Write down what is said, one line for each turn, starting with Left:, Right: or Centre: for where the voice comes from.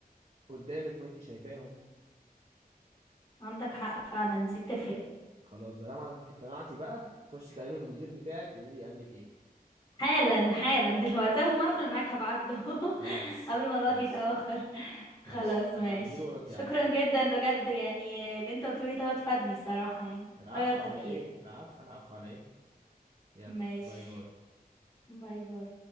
Right: قدامك وانت شايفاهم
Left: عندك حق فعلا دي بتفرق
Right: خلاص طالما اقتنعتي بقى خش كلمي المدير بتاعك وقولي لي قال لك ايه
Left: حالا حالا دلوقتي <laughs> اول ما اقفل معاك هبعت له
Right: خلاص
Left: <laughs> قبل ما الوقت
Right: ماشي
Left: يتاخر خلاص
Right: ماشي
Left: ماشي
Right: ابعتيله وردي
Left: شكرا
Right: عليا
Left: جدا بجد يعني اللي انت قلته لي ده فادني الصراحه يعني
Right: العفو
Left: غير تفكيري
Right: على ايه العفو العفو على ايه يلا
Left: ماشي
Right: باي باي
Left: باي باي